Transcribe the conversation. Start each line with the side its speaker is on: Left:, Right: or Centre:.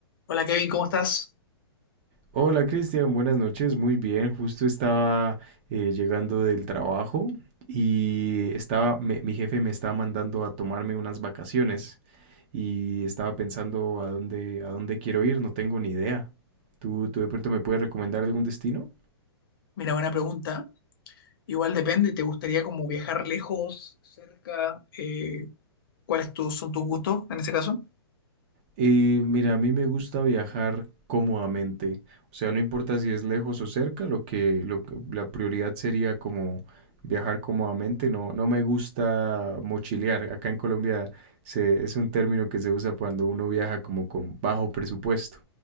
Left: Hola Kevin, ¿cómo estás?
Right: Hola Cristian, buenas noches, muy bien, justo estaba eh, llegando del trabajo y estaba, me- mi jefe me estaba mandando a tomarme unas vacaciones y estaba pensando a dónde, a dónde quiero ir, no tengo ni idea. ¿Tú, tú de pronto me puedes recomendar algún destino?
Left: Mira, buena pregunta. Igual depende, ¿te gustaría como viajar lejos, cerca? Eh, ¿cuáles tu- son tus gustos en ese caso?
Right: Y mira, a mí me gusta viajar cómodamente, o sea, no importa si es lejos o cerca, lo que, lo que- la prioridad sería como viajar cómodamente, no, no me gusta mochilear. Acá en Colombia se, es un término que se usa cuando uno viaja como con bajo presupuesto.